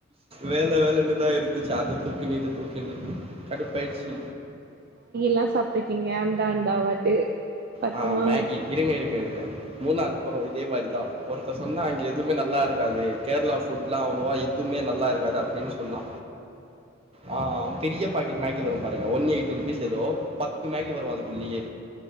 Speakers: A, on the right; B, on the right.
A: வேல வேலன்னுதா இருந்துச்சு அத தூக்கினு இத தூக்கினி கட்டுப்பாயிட்சி
B: லா சாப்ட்ருக் ங்க அந்தா அண்டாவாட்டு பத்துமா
A: ஆ மேகி இருங்க இருங்க இருங்க மூணாறு போனோ இதே மாரிதா ஒருத்த சொன்னா அங்க எதுமே நல்லா இருக்காது கேரளா ஃபுட்லா அவ்ளோவா இருக் எதுமே நல்லா இருக்காது அப்டின் சொன்னா ஆ பெரிய பாக்கெட் மேகி வரு பாருங்க ஒன் எயிட்டி ருபீஸ் ஏதோ பத்து மேகி வரு அதுக்குள்ளயே